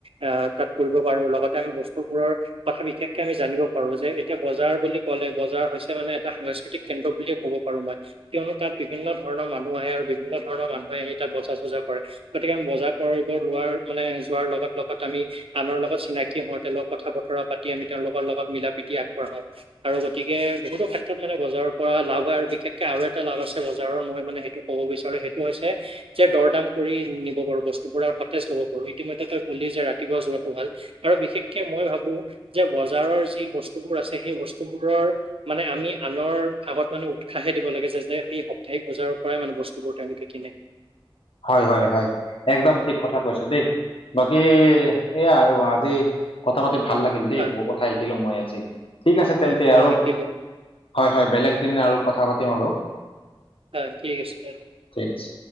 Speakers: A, on the right; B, on the left.
A: আহ তাত কৰিব পাৰো, লগতে আমি বস্তুবোৰৰ কথা বিশেষকে আমি জানিব পাৰো যে এতিয়া বজাৰ বুলি ক'লে বজাৰ হৈছে মানে এটা সাংস্কৃতিক কেন্দ্ৰ বুলিয়ে ক'ব পাৰো মই। কিয়নো তাত বিভিন্ন ধৰণৰ মানুহ আহে আৰু বিভিন্ন ধৰণৰ মানুহে আহি তাত বজাৰ চজাৰ কৰে। গতিকে আমি বজাৰ কৰি বৰ লোৱাৰ মানে যোৱাৰ লগত লগত আমি আনৰ লগত চিনাকি হওঁ তেওঁ লগত কথা বতৰা পা তি আমি তেওঁলোকৰ লগত মিলা প্ৰীতি আগবঢ়াও আৰু গতিকে বহুটো ক্ষে ত্ৰত মানে বজাৰৰ পৰা লাভ হয় আৰু বিশেষকে আৰু এটা লাভ আছে বজাৰৰ মই মানে সেইটো ক'ব বিচাৰো সেইটো হৈছে যে দৰদাম কৰি নিব পাৰো বস্তুবোৰ আৰু সতেজ ল'ব পাৰো ইতিমধ্যে তই কলি যে ৰাতিপুৱা যোৱাটো ভাল। আৰু বিশেষকে মই ভাবো যে বজাৰৰ যি বস্তুবোৰ আছে সেই বস্তুবোৰৰ মানে আমি আনৰ আগত মানে উৎসাহে দিব লাগে যে, যে সেই সপ্তাহিক বজাৰৰ পৰাই মানে বস্তুবোৰ তেওঁলোকে কিনে।
B: হয় হয় হয়, একদম ঠিক কথা কৈছ দেই। বাকী এয়া আৰু আজি কথা পাতি ভাল লাগিল দেই।
A: হয়
B: বহু কথা শিকিলো মই আজি ঠিক আছে
A: হয়
B: তেন্তে
A: ময়ো
B: আৰু
A: শিকিলো
B: হয় হয়, বেলেগ দিন আৰু কথা পাতিম আৰু।
A: হয় ঠিক আছে বাৰু।
B: ঠিক আছে।